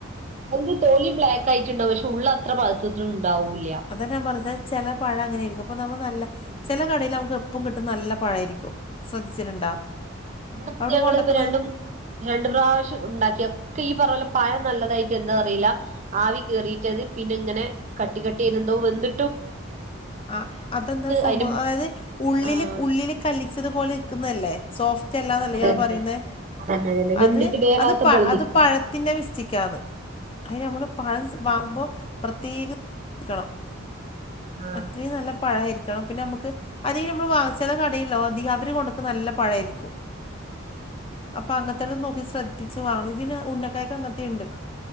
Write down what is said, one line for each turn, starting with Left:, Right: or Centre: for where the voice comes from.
Right: അതിൻ്റെ തോലി ബ്ലാക്കായിട്ട്ണ്ടാവും, പഷെ ഉള്ളത്ര പഴ്ത്ത്ട്ട്ണ്ടാവൂല്യ.
Left: അത ഞാൻ പറഞ്ഞെ, ചെല പഴ അങ്ങനെയിരിക്കും. അപ്പൊ നമ്മ നല്ലെ
Right: ആഹ്
Left: ചെലെ കടേല് അമുക്ക് എപ്പും കിട്ടും നല്ല പഴായിരിക്കും. ശ്രദ്ധിച്ചിട്ട്ണ്ടാ?
Right: ആഹ് ഇവിടെ ഇപ്പ
Left: അവ്ടെ
Right: ഞങ്ങള്
Left: പോണ്ടക്ക്ന്നത്.
Right: ഇപ്പ രണ്ടും രണ്ട് പ്രാവശ്യംണ്ടാക്കി ഒക്കെ ഈയ് പർഞ്ഞപോലെ പഴം നല്ലതായിട്ട്ന്താ അറീലാ ആവി കേറീട്ടത് പിന്നെങ്ങനെ കട്ടി കട്ടി ആയ് <unintelligible> ന്തോ വെന്ത്
Left: ആഹ് അതെന്താ സംഭവം
Right: അതിനും
Left: അതായത് ഉള്ളില്
Right: ആഹ്
Left: ഉള്ളില്. കലിച്ചതുപലെ നിക്കുന്നല്ലേ സോഫ് റ്റല്ലാനെല്ലേ
Right: അതന്നെ
Left: ഇയാൾ പറയുന്നേ
Right: അതന്നെ അതന്നെ വെന്തിട്ട്
Left: അത്
Right: വേവാത്ത
Left: അത് പ
Right: പോലെ
Left: അത്
Right: നിക്കാ
Left: പഴ ത്തിൻ്റെ വിസ്റ്റിക്കാന്ന് അത് നമ്മള് പഴം വാങ്ങുമ്പോൾ പ്രത്യേകം ക്കണം.
Right: ആഹ്
Left: അത്രയും നല്ല പഴായിരിക്കണം പിന്നെ നമുക്ക് അധികം നമ്മൾ വാ <unintelligible> <unintelligible> അധികം അവര് കൊട്ക്ക്ന്ന നല്ല പഴാരിക്കും അപ്പൊ അങ്ങനത്തെ നോക്കി സ്രദ്ധി ത്തിച്ച് വാണ് ഇതിന് ഉന്നക്കായക്ക അങ്ങൻത്തിണ്ട്.